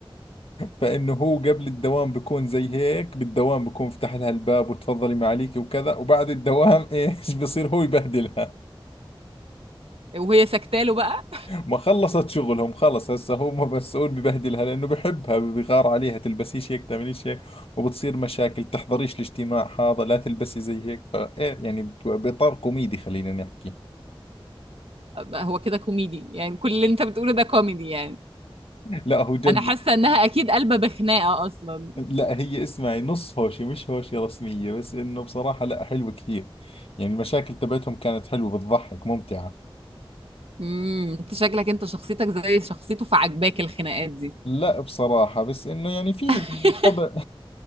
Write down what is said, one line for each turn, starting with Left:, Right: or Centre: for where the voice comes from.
Left: فإنه هو قبل الدوام بيكون زي هيك بالدوام بيكون فتح لها الباب وتفضلي معليكي وكذا وبعد الدوام <laughs> إيش بصير هو يبهدلها
Right: <laughs> وهي سكتاله بقى
Left: ما خلصت شغلهم خلص هسه هو مسؤول ببهدلها لأنه بحبها بغار عليها تلبسيش هيك تعمليش هيك وبتصير مشاكل تحضريش الاجتماع هذا لا تلبسي زي هيك فإيه يعني ب- بإطار كوميدي خلينا نحكي
Right: بقى هو كده كوميدي يعني كل اللي انت بتقوله ده كوميدي يعني
Left: لا هو جد
Right: انا حاسه انها اكيد قلبه بخناقه اصلا
Left: لا هي اسمعي نص هوشي مش هوشي رسمية بس انه بصراحة لا حلوة كثير يعني المشاكل تبعتهم كانت حلوة بتضحك ممتعة
Right: امم انت شكلك انت شخصيتك زي شخصيته فعجباك الخناقات دي
Left: لا بصراحة بس انه يعني في
Right: <laughs>
Left: طبع